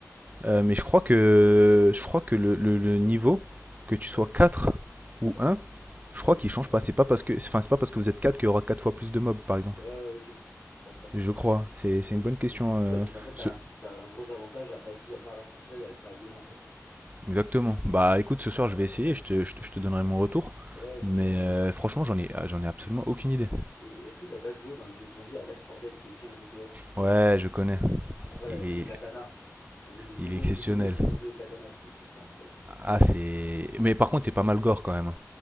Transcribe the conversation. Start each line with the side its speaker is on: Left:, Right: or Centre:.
Right: Euh, mais je crois que, je crois que le, le- le niveau, que tu sois 4 ou un je
Left: Ouais?
Right: crois qu'il change pas. C'est pas parce que, enfin, c'est pas parce que vous êtes 4 qu'il y aura 4 fois plus de mobs, par exemple.
Left: Ouais, ouais, ok. D'accord.
Right: Je crois. C'est c'est
Left: Ok.
Right: une bonne question.
Left: Donc,
Right: euh,
Left: ouais, donc en fait, t'as
Right: ce-
Left: un, t'as un gros avantage à pas être tout, à pas rester tout seul et à le faire avec des gens, quoi.
Right: Exactement. Bah écoute, ce soir
Left: Ouais, ouais,
Right: je vais essayer, je te, je te- je te donnerai mon retour.
Left: Ouais, bien
Right: Mais
Left: sûr.
Right: euh, franchement, j'en ai, ah, j'en ai absolument aucune idée.
Left: Et, et est-ce que t'as déjà joué dans les jeux de zombies à Left 4 Dead, qui est aussi un jeu coop
Right: Ouais, je connais.
Left: incroyable
Right: Il
Left: avec
Right: est,
Left: le katana? On faisait des niveaux,
Right: il est exceptionnel.
Left: on découpait des zombies au katana, c'était c'était formidable.
Right: Ah, c'est. Mais par contre, c'est pas mal gore quand même.